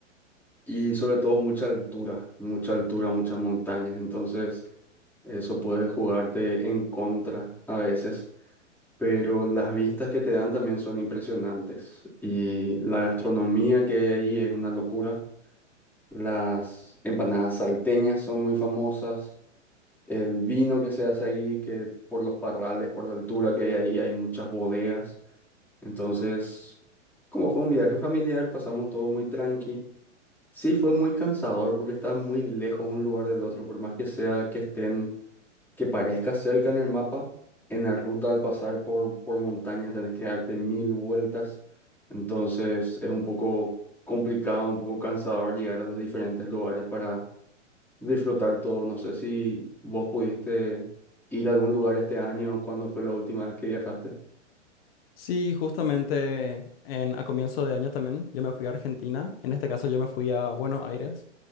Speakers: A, in the centre; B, on the left.
A: Y sobre todo mucha altura, mucha altura, muchas montañas. Entonces, eso puede jugarte en contra a veces. pero las vistas que te dan también son impresionantes y la gastronomía que hay ahí es una locura. Las empanadas salteñas son muy famosas, el vino que se hace ahí, que por los parrales, por la altura que hay ahí, hay muchas bodegas. Entonces, como fue un viaje familiar, pasamos todo muy tranqui. Sí, fue muy cansador porque está muy lejos un lugar del otro, por más que sea que estén que parezca cerca en el mapa, en la ruta al pasar por, por montañas tenés que darte mil vueltas. Entonces es un poco complicado, un poco cansador llegar a los diferentes lugares para disfrutar todo. No sé si vos pudiste ir a algún lugar este año o cuándo fue la última vez que viajaste.
B: Sí, justamente en, a comienzo de año también, yo me fui a Argentina, en este caso yo me fui a Buenos Aires.